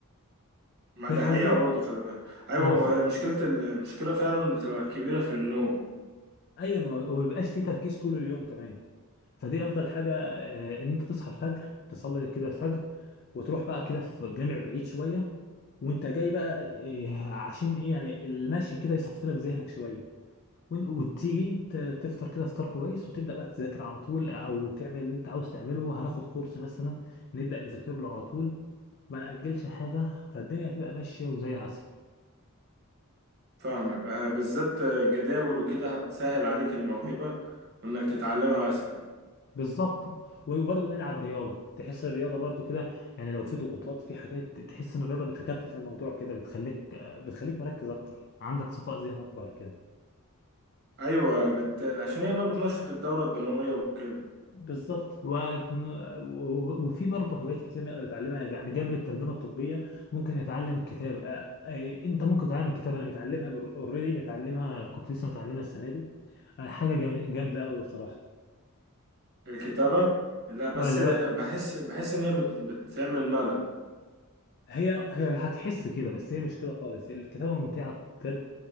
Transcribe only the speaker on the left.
فاهم
قصدي
وما
في
ايوه وما وما بيبقاش في تركيز طول اليوم كمان فدي افضل حاجه آه، ان انت تصحى الفجر تصلي كده الفجر وتروح بقى كده في جامع بعيد شويه وانت جاي بقى إيه، عشان ايه يعني المشي كده يصفي لك ذهنك شويه وإنت- وتيجي ت- تفطر كده فطار كويس وتبدا بقى تذاكر على طول او تعمل اللي انت عاوز تعمله هناخد كورس مثلا نبدا نذاكر له على طول ما ناجلش حاجه فالدنيا هتبقى ماشيه وزي العسل
بالظبط وبرضه نلعب رياضه تحس الرياضه برضه كده يعني لو في ضغوطات في حاجات تحس ان الرياضه بتخفف الموضوع كده بتخليك بتخليك مركز اكتر عندك صفاء ذهن اكبر كده
بالظبط و... و- وفي برضه هوايات كتير نقدر نتعلمها يعني جنب الترجمه الطبيه ممكن نتعلم الكتابه آه، آه، انت ممكن تتعلم الكتابه انا متعلمها اوريدي متعلمها كنت لسه متعلمها السنه دي آه، حاجه جامد- جامده قوي بصراحه
اه لا
هي هي هتحس كده بس هي مش كده خالص الكتابه ممتعه بجد